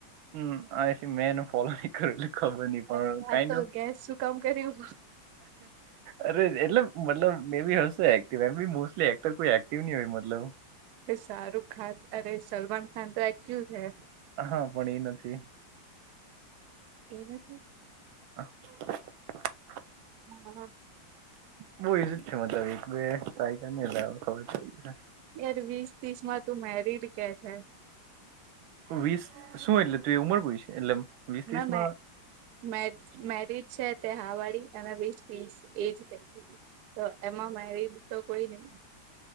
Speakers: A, on the right; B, on the right.
A: હમ આ છે મેં એનું ફોલો ન કરે એટલે ખબર નહ પણ
B: અરે આ
A: કઈ
B: તો
A: નો
B: ગેસ શું કામ કર્યું
A: અરે એટલે મતલબ મે બી હ એક્ટી મોલી એક્ટર કોઈ એક્ટિવ હોય મતલબ
B: શાહરુખ ખાન અરે સલમાન ખાન તો આય્યું જ હે
A: હા પણ એ નથી
B: એના થી
A: <inaudible> <inaudible>
B: હમ હ <unintelligible>
A: બહુ એજ જ છે મતલબ એક બે દાયકા લ ખબરઈ
B: યાર વીસ ત્રીસ માં તું મેરિડ કે છેય
A: વીસ શું એટલે તું એ ઉમર પુછી એટલે વીસ ત્રીસ
B: ના મે
A: માં
B: મે મેરીડ છે. હવાડી અને વીસ ત્રીસ એજ થ તો એમાં મારી તો કોઈ નહી..